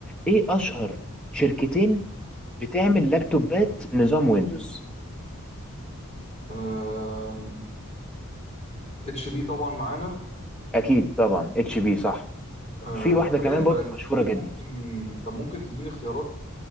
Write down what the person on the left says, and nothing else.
آم، اتش بي طبعا معانا
آه،
حاليا
بقى
كتير
ممكن طب ممكن تديني اختيارات